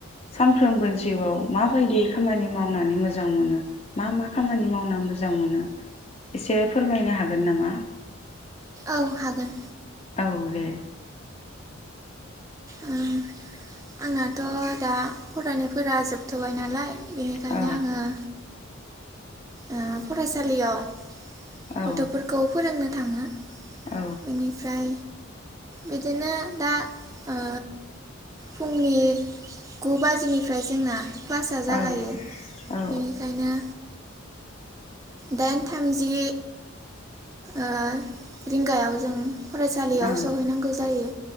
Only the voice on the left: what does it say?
सानफ्रोमबो जिउआव माबायदि खामानि मावनानै मोजां मोनो मा-मा खामानि मावना मोजां मोनो एसे फोरमायनो हागोन नामा
औ दे
औ
औ
औ
औ औ
औ